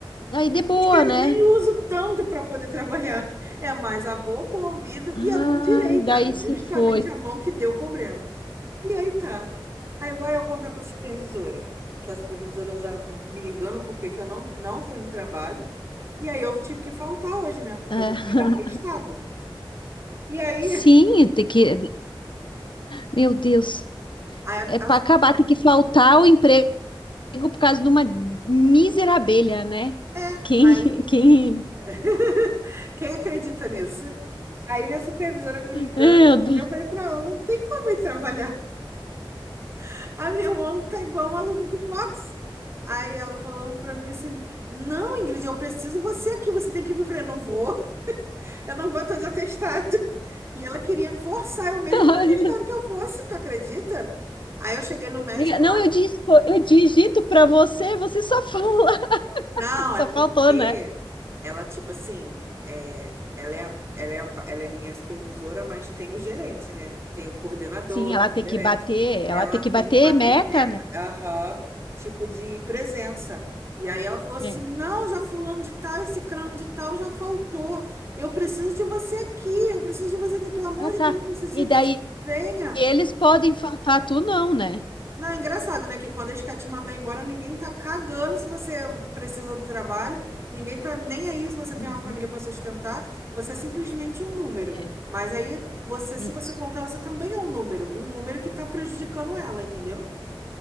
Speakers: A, on the left (about 65°); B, on the right (about 30°).
A: Aí de boa,
B: a esquerda
A: né?
B: nem uso tanto para poder trabalhar. É mais a boca, o ouvido
A: Ai,
B: e a mão direita.
A: daí se
B: Justamente
A: foi.
B: a mão que deu o problema. E aí tá. Aí vai eu contar para a supervisora. Que a supervisora já me ligando porque que eu não, não fui no trabalho. E aí eu tive que faltar hoje, né? Porque
A: É.
B: eu fui
A: <laughs>
B: pegar testado. E aí,
A: Sim, tem que. Meu Deus.
B: aí a,
A: É para
B: a-
A: acabar, tem que faltar o emprego por causa de uma mísera abelha, né?
B: é,
A: Quem,
B: aí,
A: <laughs> quem.
B: <laughs> quem acredita nisso? Aí minha supervisora me ligando,
A: Meu Deus.
B: eu falei pra ela, não tem como eu trabalhar. <laughs> A minha mão tá igual uma luva de boxe. Aí ela falando pra mim assim, não, Ingrid, eu preciso você aqui, você tem que vir. Eu falei, não vou, eu não vou, eu tô de atestado. <laughs> E ela queria me forçar, eu mesmo
A: Ai,
B: com o atestado
A: meu
B: que eu fosse, tu acredita? Aí eu cheguei no médico,
A: Deus. Não, eu disse, eu digito para você, você só fala. <laughs>
B: Não, é
A: Só
B: porque
A: faltou, né?
B: ela, tipo assim, é, ela é a- ela é a- ela é minha supervisora, mas tem o gerente, né? Tem o coordenador,
A: Sim,
B: tem
A: ela
B: o
A: tem
B: gerente.
A: que bater,
B: Ela
A: ela tem
B: tem
A: que bater
B: que bater
A: meta,
B: meta,
A: né?
B: aham, tipo de presença. E aí ela falou assim:
A: É.
B: não, já fulano de tal, esse crano de tal já faltou. Eu preciso de você aqui, eu preciso de você aqui, pelo amor
A: Ah,
B: de
A: tá.
B: Deus, eu preciso
A: E
B: de
A: daí
B: você. Venha.
A: eles podem faltar, tu não, né?
B: Não, é engraçado, né? Que quando eles querem te mandar embora, ninguém tá cagando se você precisa do trabalho, ninguém tá nem aí se você tem
A: Uhum.
B: uma família para sustentar, você é simplesmente um número.
A: É,
B: Mas aí, você,
A: isso.
B: se você faltar, você também é um número, um número que tá prejudicando ela, entendeu?